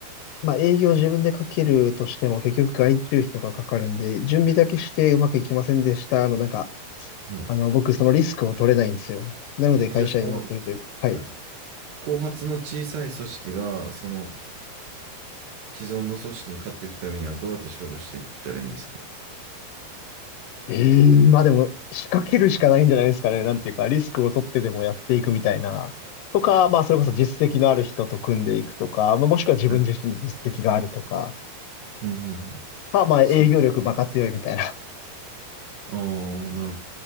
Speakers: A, on the left; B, on the right.
A: まあ営業自分でかけるとしても結局外注費とかかかるんで、準備だけしてうまくいきませんでした。あのなんか、
B: はい。
A: あの僕そのリスクを取れないんですよ。なので会社員やってるというか、
B: え、じゃあその、
A: はい。
B: はい、後発の小さい組織が、その既存の組織に勝っていくためにはどうやって勝負していったらいいんですか。
A: うーん、まあでも、仕掛けるしかないんじゃないですかね。なんていうか、リスクを取ってでもやっていくみたいな。とか、まあそれこそ実績のある人と組んでいくとか、まあ、もしくは自分自身に実績があるとか、
B: はいうんうんうん、
A: か、まあ営業力バカ強いみたいな
B: そうああ、なる